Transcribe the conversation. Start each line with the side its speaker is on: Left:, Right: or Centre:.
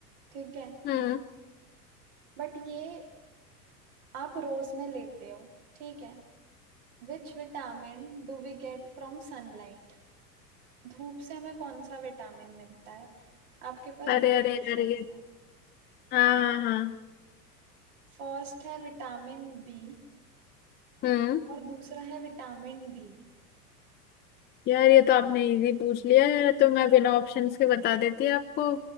Right: ठीक है
Left: हम्म
Right: बट ये आप रोज में लेते हो ठीक है Which vitamin do we get from sunlight धूप से हमें कौन सा विटामिन मिलता है आपके पास
Left: अरे
Right: दो
Left: अरे
Right: ऑप्शंस
Left: अरे
Right: हैं
Left: हाँ हाँ हाँ
Right: फर्स्ट है विटामिन बी
Left: हम्म
Right: और दूसरा है विटामिन डी
Left: यार ये तो आपने इजी पूछ लिया यार तो मैं बिना ऑप्शंस के बता देती आपको